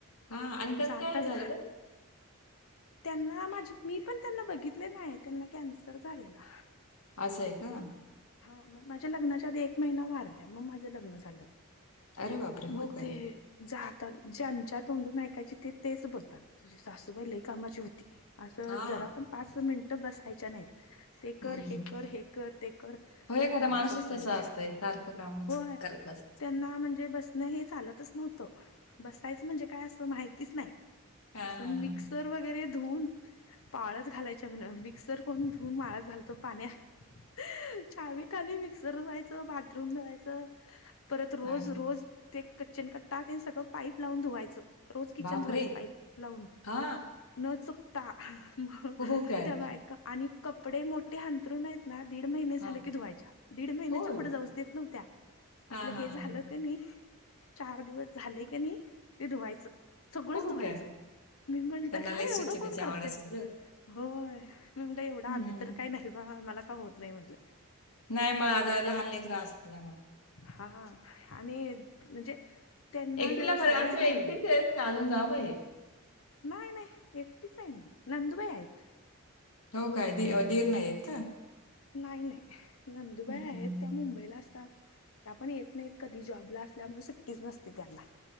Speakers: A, on the left; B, on the left.
A: हां आणि त्यात
B: जातच
A: काय हे झालं गं?
B: त्यांना माझे मी पण त्यांना बघितलेलं आहे त्यांना कॅन्सर झालेला
A: असं आहे का
B: हा मग माझ्या लग्नाच्या आधी एक महिना वारल्या मग माझं लग्न झालं
A: अरे बापरे! हो
B: मते
A: काय?
B: ज ज्यांच्या तोंडून ऐकायची ते तेच बोलतात तुझी सासूबाईलाही कामाची होती असं
A: हां.
B: जरा पण पाच मिनिट बसायच्या नाहीत ते कर
A: हं, हं.
B: हे कर हे कर ते कर
A: हो एखादा
B: चालूच
A: माणसच
B: असायच
A: तस असतय सारखं कामच
B: होय
A: करत असत
B: त्यांना म्हणजे बसणं हे चालतच नव्हतं बसायचं म्हणजे काय असं माहितीच नाही
A: हां,
B: असं मिक्स
A: हां, हां.
B: मिक्सर वगैरे धुवून पाळत घालायच्या म्ह मिक्सर कोून धुवून माळत घालतो पाण्यात चाहावीिकाली मिक्सर धुवायचं बाथरूम धुवायचं परत
A: काय
B: रोज रोज ते कच्चन कट्टा ते सगळं पाईप लावून धुवायचं रोज किचन
A: बापरे
B: धुवायच पाईप लावून
A: हा
B: न चुकता मग
A: फुहू काय
B: ते बायक आणि कपडे मोठे हंतरून आहेत ना दीड महिने झाले
A: हा
B: की धुवायच्या दीड महिन्याच्या
A: होय
B: पुढे जाऊ देत नव्हत्या आपलं
A: हा हा
B: हे झालं
A: हा
B: क नाही चार दिवस झाले क नाही ते धुवायचं सगळंच
A: फुहू
B: धुवायचं
A: काय
B: मी म्हणते
A: त्यांना
B: काय
A: लय
B: एवढं
A: स्वच्छतेची
B: कोण करते
A: आवड असेल ग
B: होयणट एवढं आम्ही
A: हम्म.
B: तर काही नाही बा मला का होत नाही म्हटलं
A: नाही मग आता ल हलने त्रास झाल्यामुळे
B: हा आणि म्हणजे त्यांना
A: एकटीला
B: ज
A: फरक
B: सवयच
A: आणि तू
B: लागलेली
A: एकटीच आहेस का अजून जावं आहे
B: नाही नाही एकटीच आहे मी नंदूबाई आहेत
A: हो काय दीरण येत का
B: नाही नाही नंदुबाई
A: हम्म.
B: आहेत त्या मुंबईला असतात त्या पण येत नाहीत कधी जॉबला असल्यामुळे सुट्टीच नसती त्यांना